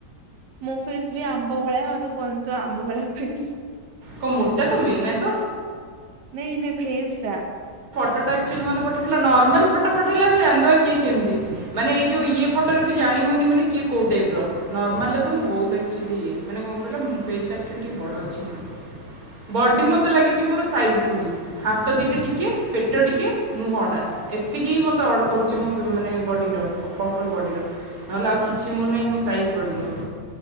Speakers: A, on the right (about 70°); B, on the right (about 50°).
A: ମୋ ଫ୍ ଫେସ୍ ବି ଆମ୍ବ ଭଳିଆ ହଁ ତ କୁହନ୍ତି ତ ଆମ୍ବ ଭଳିଆ ଫେସ୍।
B: କଣ ମୋଟା ତମେ ନା ତ
A: ନାଇ ନାଇ ଫେସ୍ ଟା।
B: ଟଟା ଆକ୍ଚୁଆଲି ମତେ ପଠେଇଥିଲ ନର୍ମାଲ ଫଟୋ ପଠେଇଲେ ଆମେ ଜାଣିଦବା କିଏ କେମିତି? ମାନେ ଏଇ ଯୋଉ
A: ହଁ
B: ଇଏ ଫଟରେ ବି ଜାଣି ଣି ହୋଉନି ମାନେ କିଏ କୋଉ ଟାଇପ୍ ର। ନର୍ମାଲରେ ତ
A: ହଁ
B: ମୁଁ ବୋହୁତ୍ ଦେଖ୍ ଇଏ ମାନେ କନ୍ କହିଲ ଫେସ୍ ଟା ଅକ୍ଚୋଲି ଟିକେ ବଡ଼ ଅଛି ମୋରୋ। ବଡି ମତେ ଲାଗେ କି ମୋରୋ ସାଇଜ ବୋଲି ହାତ ଦିଟା ଟିକେ ପେଟ ଟିକେ ମୁହଁ ଟା ଏତ୍ ଏତିକି ହିଁ ମତେ ଅଡ୍ କରୁଚି ମୋ ଫି ମାନେ ବଡ଼ିର ପ୍ରପର୍ ବଡ଼ିର ନହେଲେ ଆଉ କିଛି ମୋରୋ ନାହିଁ ମୁଁ ସାଇଜ୍ ବଡ଼ି ମୋରୋ।